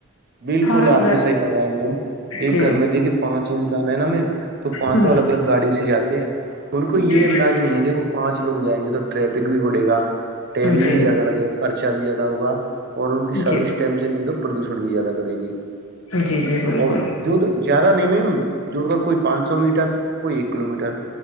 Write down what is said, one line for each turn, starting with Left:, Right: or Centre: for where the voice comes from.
Right: بالکل
Left: ہر
Right: آپ
Left: گھر
Right: نے سی پر میںم ایک
Left: جی
Right: گھر میں دیکھیے پانچ انسان ہے نا میم تو پانچ
Left: ہوں
Right: وہ الگ الگ گاڑی سے جاتے ہیں ان کو یہ
Left: جی جی
Right: انداز نہیں ہے دیکھو پانچ لوگ جائیں گے تو ٹریفک بھی بڑے گا ٹم بھی
Left: جی
Right: زیادہ لگے گا خرچہ بھی زیادہ ہوگا اور ان کی سروس
Left: جی
Right: ٹائم سے نہیں ہو تو پردوشن بھی زیادہ کریں گی
Left: جی جی بالکل
Right: اور جو زیادہ نہیں میم جوڑ کر کوئی پانچ سو میٹر کوئی ایک کلو میٹر